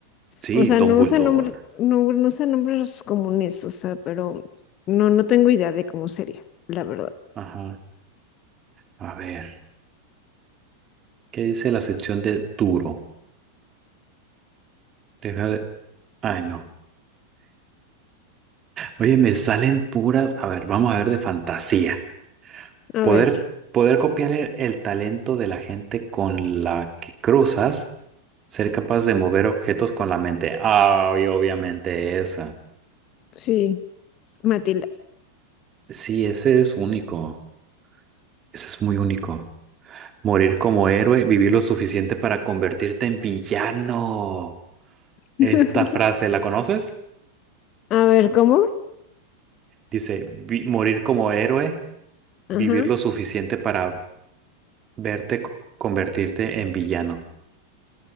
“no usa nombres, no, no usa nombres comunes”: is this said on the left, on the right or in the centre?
Left